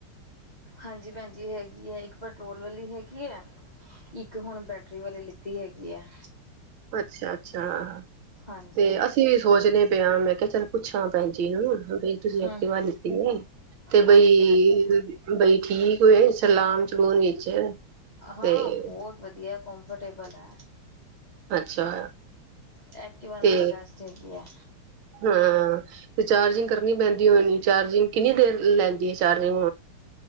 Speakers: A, on the left; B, on the right.
A: ਹਾਂਜੀ ਭੈਣ ਜੀ ਹੈ ਯੇ ਇੱਕ ਪੈਟਰੋਲ ਵਾਲੀ ਹੈਗੀ ਹੈ। ਇੱਕ ਹੁਣ ਬੈਟਰੀ ਵਾਲੇ ਲਿੱਤੀ ਹੈਗੀ ਹੈ।
B: ਅੱਛਾ-ਅੱਛਾ ਹਾ।
A: ਹਾਂਜੀ
B: ਤੇ ਅਸੀਂ ਵੀ ਸੋਚਣੇ ਪਏ ਆਂ ਮੈਂ ਕਿਹਾ ਚੱਲ ਪੁੱਛਾਂ ਭੈਜੀ ਨੂੰ। ਬਈ ਤੁਸੀਂ
A: ਹਮ
B: ਐਕਟਿਵਾ ਲਿਤੀ ਹੈ ਤੇ
A: ਹਾਂਜੀ
B: ਬਈ-ਬਈ
A: ਹਾਂਜੀ
B: ਠੀਕ ਐ। ਚਲਾਣ-ਚਲੁੰਚ ਵਿੱਚ
A: ਹਾਂ
B: ਤੇ
A: ਬਹੁਤ ਵਧੀਆ। ਕੰਫਰਟੇਬਲ ਆ।
B: ਅੱਛਾ।
A: ਐਕਟੀਵਾ ਨਾਲੋ
B: ਤੇ
A: ਬੈਸਟ ਹੈਗੀ ਹੈ।
B: ਹਾਂ ਤੇ ਚਾਰਜਿੰਗ ਕਰਨੀ ਪੈਂਦੀ ਹੋਏਗੀ, ਚਾਰਜਿੰਗ ਕਿੰਨੀ ਦੇਰ ਲੈਂਦੀ ਹੈ ਚਾਰਜਿੰਗ